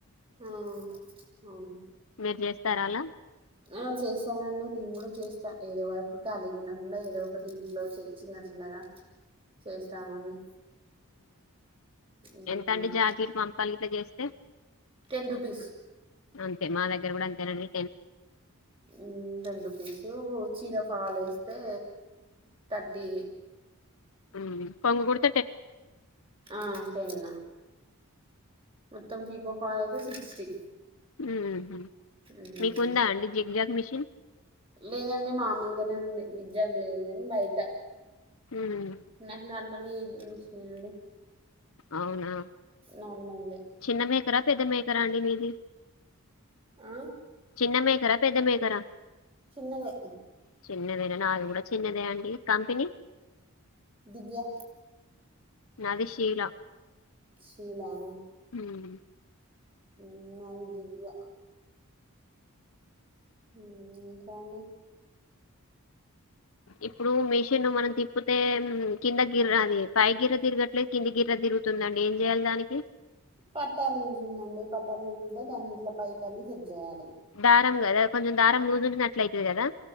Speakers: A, on the right (about 25°); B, on the left (about 65°).
A: ఆ అవునా
B: మీరు జేస్తార అలా
A: ఆ చేస్తానండి నేను గుడా చేస్తా ఏదో వరకు కలిగుండకుండా ఏదో ఒకటి ఇంట్లో చిన్న చిన్న గదా చేస్తామన్ని మ్మ్
B: ఎంతండి జాకీట్ పంపకాలు గిట్ల జేస్తే
A: టెన్ రుపీస్
B: అంతే మా దగ్గర గూడ అంతే నండి
A: ఉమ్ రెండు పీసు వో చీర ఫాల్ ఎస్తే థర్టీ
B: ఉమ్ కొంగు గుడిత్
A: ఆ టెన్ మొత్తం పీకో ఫాల్ అయితే సిక్స్టీ
B: ఉ హు
A: మ్మ్
B: మీకుందా అండి జిగ్ జాగ్ మిషిన్
A: లేదండి మామూలుగానే ఉంది జిగ్ జాగ్ లేదు గని బయట
B: మ్మ్
A: నాకు నార్మల్ మీషినే అండి
B: అవునా
A: నార్మల్ దే
B: చిన్న మేకరా, పెద్ద మేకరా అండి మీది.
A: ఆ
B: చిన్న మేకరా పెద్ద మేకరా
A: చిన్నదే
B: చిన్నదేనా నాది గుడ చిన్నదే అండి కంపెనీ
A: దివ్య
B: నాది శీల
A: షిలా నా
B: ఉమ్
A: ఉమ్ నాది దివ్య ఉమ్ ఇంకా అండి <inaudible>
B: ఇప్పుడు మిషిన్ మనం తిప్పుతే కింద గిర్ర అది పై గిర్ర తిరిగట్లేదు కింద గిర్ర తిరుగుతుం తుందండి ఏం జేయాలి దానికి
A: పట్టా లూజ్ ఉందండి. పట్టా లూజ్ ఉంటే దాన్ని ఇట్లా పైకని సెడ్ జేయాలి.
B: దారం గాదా కొంచెం దారం లూజుంటనే అట్లాయితది గాదా